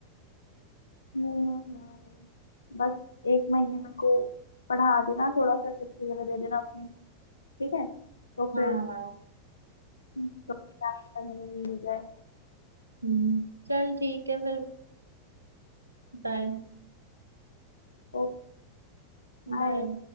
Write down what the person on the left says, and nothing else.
हम्म हम्म, बस एक महीने मेरे को पढ़ा देना थोड़ा सा टिप्स वगैरह दे देना अपनी ठीक है तो फिर
हम्म, तो क्या पता मेरा भी हो जाए
तो बाय